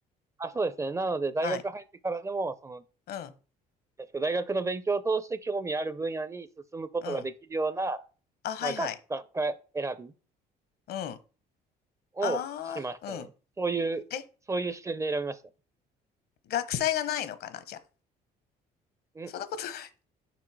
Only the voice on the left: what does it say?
はい。
うん。
うん。あ、はいはい。
うん。あ
あ、うん。
え、
学祭がないのかなじゃあ。
そんなことない。